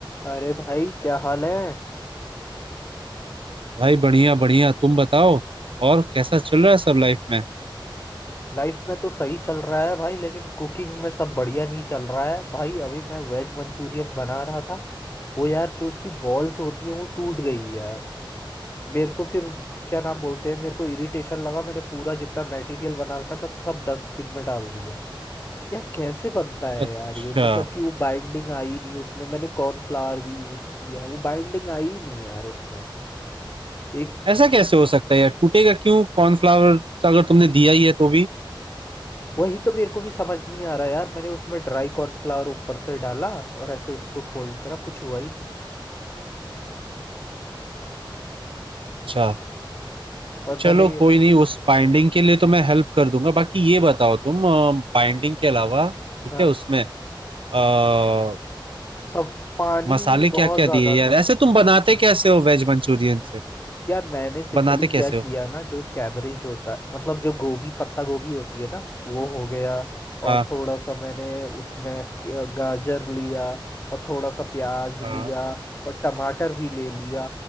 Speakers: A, on the left (about 25°); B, on the right (about 80°).
A: अरे भाई क्या हाल है
B: भाई बढ़िया बढ़िया तुम बताओ और कैसा चल रहा है सब लाइफ में
A: लाइफ में तो सही चल रहा है भाई लेकिन कुकिंग में सब बढ़िया नहीं चल रहा है भाई अभी मैं वेज मंचूरियन बना रहा था वो यार जो उसकी बॉल्स होती है वो टूट गई यार मेरे को फिर क्या नाम बोलते हैं मेरे को इरिटेशन लगा मैंने पूरा जितना मटेरियल बना रखा था सब डस्टबिन में डाल दिया यार कैसे बनता है
B: अच्छा
A: यार ये मतलब कि वो बाइंडिंग आई नहीं उसमें मैंने कॉर्नफ्लावर भी यूज किया वो बाइंडिंग आई नहीं यार उसमें एक
B: ऐसा कैसे हो सकता है यार टूटेगा क्यों कॉर्नफ्लावर अगर तुमने दिया ही है तो भी
A: वही तो मेरे को भी समझ नहीं आ रहा यार मैंने उसमें ड्राई कॉर्नफ्लावर ऊपर से डाला और ऐसे उसको फोल्ड करा कुछ हुआ ही नहीं
B: अच्छा
A: और
B: चलो
A: मैंने
B: कोई नहीं उस बाइंडिंग के लिए तो मैं हेल्प कर दूंगा बाकी ये बताओ तुम बाइंडिंग के अलावा ठीक
A: हाँ
B: है उसमें लाइक
A: सब पानी
B: मसाले क्या
A: बहुत
B: क्या
A: ज्यादा
B: दिए यार
A: था
B: ऐसे तुम बनाते कैसे हो वेज मंचूरियन से
A: यार मैंने सिंपली
B: बनाते कैसे
A: क्या
B: हो
A: किया ना जो कैबरेज होता है मतलब जो गोभी पत्ता गोभी होती है ना वो हो गया और
B: हाँ
A: थोड़ा सा मैंने उसमें क- गाजर लिया और थोड़ा सा प्याज लिया
B: हाँ
A: और टमाटर भी ले लिया